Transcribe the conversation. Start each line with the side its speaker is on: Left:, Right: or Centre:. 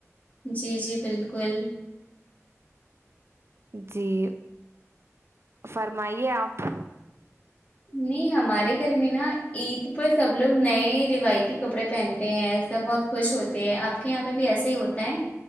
Left: جی جی بالکل
Right: جی فرمائیے آپ
Left: نہیں ہمارے گھر میں نا عید پر سب لوگ نئے روایتی کپڑے پہنتے ہیں سب بہت خوش ہوتے ہیں آپ کے یہاں پہ بھی ایسا ہی ہوتا ہے